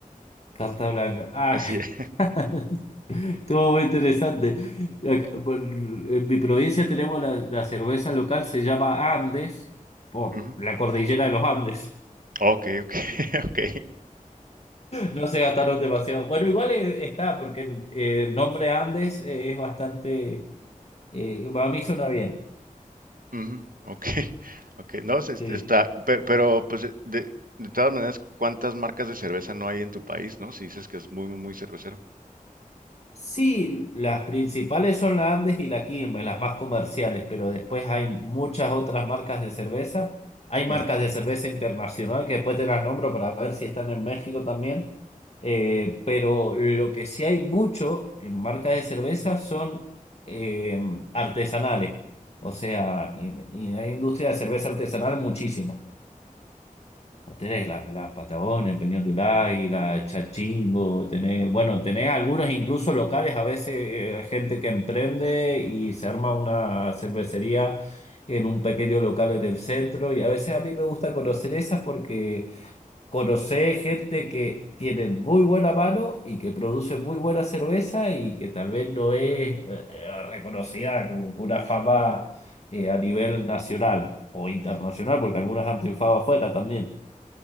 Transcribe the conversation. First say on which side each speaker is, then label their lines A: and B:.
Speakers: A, on the left; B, on the right.
A: carta blanca. Ah,
B: Así es.
A: <laughs> estuvo muy interesante. Acá, bueno, En mi provincia tenemos la, la cerveza local, se llama Andes, por
B: Ujú.
A: la cordillera de los Andes.
B: Ok, ok, <laughs> ok.
A: No se gastaron demasiado. Bueno, igual eh, está, porque el, eh, el nombre Andes eh, es bastante. eh, a mí suena bien.
B: Ujú, Ok, <laughs> ok, no, se-
A: Sí.
B: se está, pe- pero, pues eh, de, de todas maneras, ¿cuántas marcas de cerveza no hay en tu país, no? Si dices que es muy, muy, muy cervecero.
A: Sí, las principales son la Andes y la Quilmes, las más comerciales, pero después hay muchas otras marcas de cerveza. Hay marcas
B: Ujú,
A: de cerveza internacional que después te las nombro para ver si están en México también. Eh, pero lo que sí hay mucho en marcas de cerveza son eh, artesanales. O sea, y y hay industria de cerveza artesanal muchísimo. O Tenés la, la Patagonia, el Peñón del Águila, Chachingo, tenés, bueno, tenés algunos incluso locales, a veces eh, gente que emprende y se arma una cervecería en un pequeño local en el centro y a veces a mí me gusta conocer esas porque conocés gente que tiene muy buena mano y que produce muy buena cerveza y que tal vez no es eh, eh, reconocida como con una fama eh, a nivel nacional o internacional porque algunas han triunfado afuera también.